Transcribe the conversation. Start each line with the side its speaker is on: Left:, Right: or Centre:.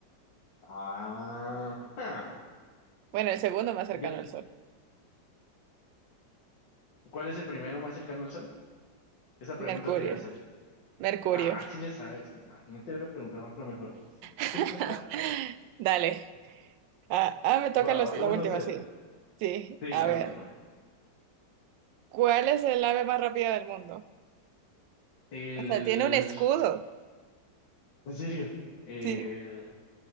Left: Ah, ah.
Right: Bueno, el segundo más cercano
Left: Yo-
Right: al Sol.
Left: ¿cuál es el primero más cercano al Sol? Esa pregunta
Right: Mercurio.
Left: te iba a hacer.
Right: Mercurio.
Left: Ah, sí le sabes. Ah, No te hubiera preguntado otra mejor.
Right: <laughs>
Left: <laughs>
Right: Dale. Ah, ah, me toca
Left: Wow,
Right: los-
Left: uno
Right: la última,
Left: cero
Right: sí. Sí,
Left: Sí,
Right: a
Left: la
Right: ver.
Left: última.
Right: ¿Cuál es el ave más rápida del mundo?
Left: El...
Right: Hasta tiene un escudo.
Left: ¿En serio? Eh,
Right: Sí.